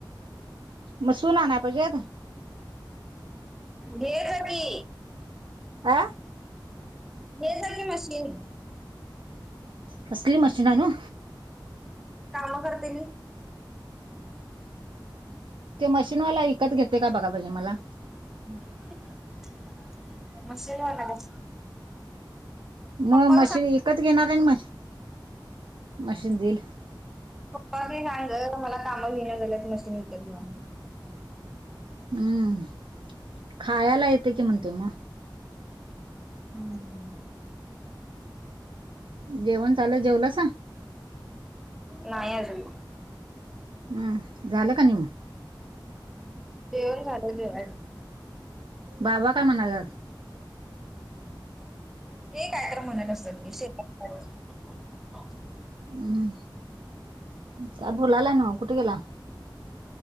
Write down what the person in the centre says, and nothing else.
घे गं की.
लई तसल्या मशनी हाईत.
काम करतली.
<unintelligible>
पप्पाला
सांग
पप्पांसनी सांग गं मला काम घेनं झाल्यात मशीन विकत घे म्हणून.
हम्म.
नाही अजून.
जेवण झालं, जेवायचं आहे.
ते काय तर म्हणत असलं मी स्वयंपाक <unintelligible>